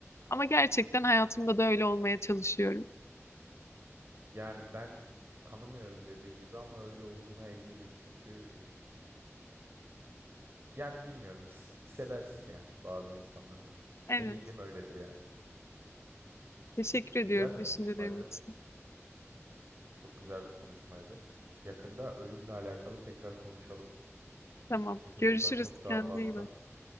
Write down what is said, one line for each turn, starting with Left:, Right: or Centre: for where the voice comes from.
Left: Ama gerçekten hayatımda da öyle olmaya çalışıyorum.
Right: Yani ben tanımıyorum dediğim gibi ama öyle olduğuna eminim. Çünkü Yani bilmiyorum hissedersin ya bazı insanlarda.
Left: Evet.
Right: Eminim öyledir yani.
Left: Teşekkür
Right: Güzel
Left: ediyorum
Right: bir
Left: düşüncelerin
Right: konuşmaydı.
Left: için.
Right: Çok güzel bir konuşmaydı. Yakında ölümle alakalı tekrar konuşalım.
Left: Tamam.
Right: Çünkü
Left: Görüşürüz.
Right: buradan çok daha
Left: Kendine
Right: fazla.
Left: iyi bak.